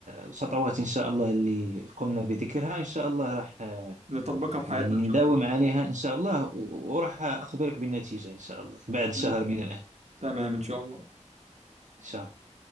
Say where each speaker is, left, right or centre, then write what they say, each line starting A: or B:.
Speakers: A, on the right; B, on the right.
A: الخطوات إن شاء الله اللي قمنا بذكرها إن شاء الله راح آه،
B: نطبقها في حياتنا
A: يعني
B: ان شاء
A: نداوم عليها إن شاء الله و- وراح أخبرك بالنتيجة إن شاء الله بعد شهر
B: الله
A: من الآن
B: تمام ان شاء الله
A: إن شاء الله